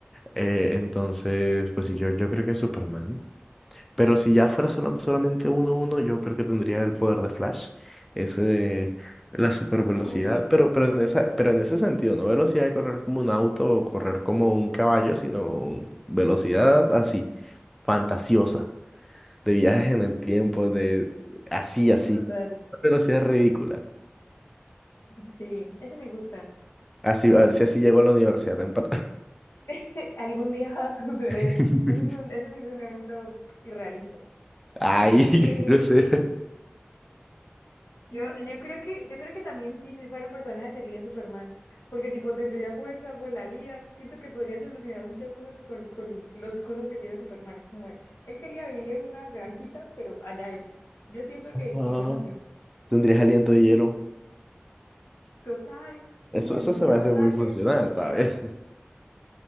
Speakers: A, in the centre; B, on the left (about 80°).
A: Eh, entonces, pues sí, yo, yo creo que es Superman. Pero si ya fuera solam- solamente uno uno yo creo que tendría el poder de Flash, ese de la super velocidad,
B: Uf,
A: pero, pero, en esa, pero en ese sentido, no velocidad de correr como un auto o correr como un caballo, sino un- velocidad así, fantasiosa, de viajes en el tiempo, de así, así,
B: total.
A: una velocidad ridícula.
B: Sí, ese me gusta.
A: Así, a ver si así llego a la universidad temprano.
B: <laughs> Algún día va a suceder.
A: <laughs>
B: Eso es un, ese sí es un evento irrealista.
A: Ay, <laughs>
B: Eh,
A: qué grosero.
B: Yo, yo creo que, yo creo que también sí, si fuera un personaje sería Superman, porque tipo tendría fuerza, volaría, siento que podría solucionar muchas cosas con, con los cosas que tiene Superman. Es como, él él quería vivir en una granjita, pero allá él. Yo siento que
A: Ah,
B: iría más lejos.
A: Tendrías aliento de hielo.
B: Total,
A: Eso,
B: y
A: eso
B: mirar
A: se me hace
B: láser,
A: muy funcional,
B: es
A: ¿sabes?
B: que